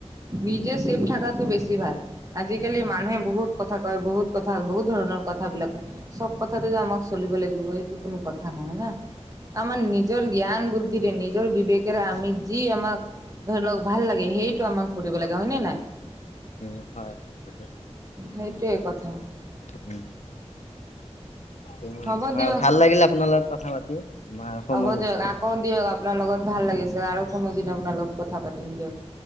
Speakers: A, on the right; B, on the left.
A: নিজে চেভ থাকাটো বেছি ভাল। আজিকালি মানুহে বহুত কথা কয় বহুত কথা বহুত ধৰণৰ কথাবিলাক কয়। চব কথাতেই যে আমাক চলিব লাগিব সেইটো কোনো কথা নহয় না। আমাৰ নিজৰ জ্ঞান বুদ্ধিৰে নিজৰ বিবেকেৰে আমি যি আমাক ধৰি লওক ভাল লাগে, সেইটো আমাক কৰিব লাগে হয় নে নাই?
B: উম হয়, সেইটো।
A: সেইটোৱেই কথা।
B: উম। উম,
A: হ'ব দিয়ক।
B: ভাল লাগিলে আপোনাৰ লগত কথা পাতি, আমাৰ সময়
A: হ'ব
B: হৈছে
A: দিয়ক আকৌ দিয়ক আপোনাৰ লগত ভাল লাগিছে আৰু কোনো দিন আপোনাৰ লগত কথা পাতিম দিয়ক।